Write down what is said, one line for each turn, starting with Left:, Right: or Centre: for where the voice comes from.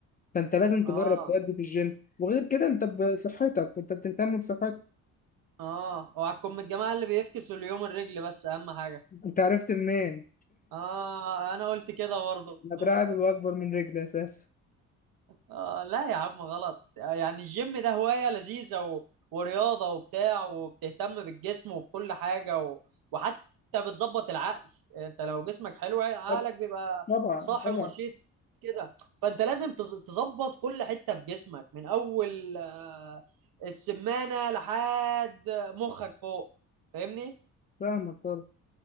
Left: فأنت لازم تجرب
Right: آه
Left: تأدي في الجيم وغير كده أنت بصحتك أنت بتهتم بصحتك
Right: اه اوعكم من الجماعه اللي بيفكسوا اليوم الرجل بس اهم حاجه
Left: أنت عرفت منين؟
Right: اه انا قلت كده برضه
Left: أنا دراعي
Right: <laughs>
Left: بيبقى أكبر من رجلي أساسا
Right: آه لا يا عم غلط آه، يعني الجيم ده هوايه لذيذه و... ورياضه وبتاع وبتهتم بالجسم وبكل حاجه و... وحتى بتظبط العقل انت لو جسمك حلو عقلك
Left: طب-
Right: بيبقى
Left: طبعا
Right: صاحي
Left: طبعا
Right: ونشيط كده فانت لازم تز- تظبط كل حته في جسمك من اول آه، السمانه لحد مخك فوق فاهمني
Left: فاهمك طبعا